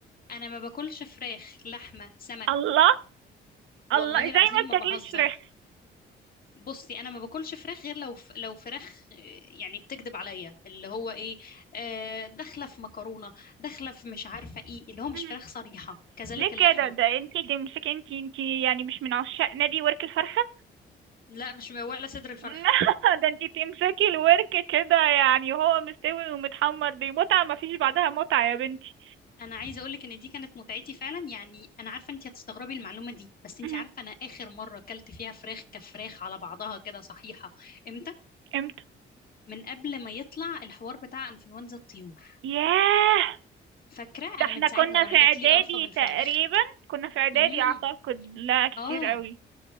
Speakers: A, on the left; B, on the right.
A: انا ما باكلش فراخ لحمه سمك
B: الله
A: والله
B: الله زي
A: العظيم
B: ما
A: ما
B: بتاكليش
A: بهزر
B: فراخ
A: بصي انا ما باكلش فراخ غير لو ف... لو فراخ آه، يعني بتكذب عليا اللي هو ايه آه، داخله في مكرونه داخله في مش عارفه ايه اللي هو مش
B: مهم.
A: فراخ صريحه كذلك
B: ليه
A: اللحمه
B: كده ده انتي تمسكي انتي انتي يعني مش من عشاق نادي ورك الفرخة
A: لا مش ولا صدر الفرخ
B: <laughs> ده انتي تمسكي الورك كده يعني وهو مستوي ومتحمر دي متعة مفيش بعدها متعة يا بنتي
A: انا عايزه اقول لك ان دي كانت متعتي فعلا يعني انا عارفه انت هتستغربي المعلومه دي بس انت
B: مهم.
A: عارفه انا اخر مره اكلت فيها فراخ كفراخ على بعضها كده صحيحه امتى
B: امتى
A: من قبل ما يطلع الحوار بتاع انفلونزا الطيور
B: ياه
A: فاكره انا
B: ده احنا
A: من ساعتها
B: كنا
A: وانا
B: في اعدادي
A: جات لي قرفه من الفراخ
B: تقريبا كنا في اعدادي
A: امم
B: اعتقد لا كتير
A: اه
B: قوي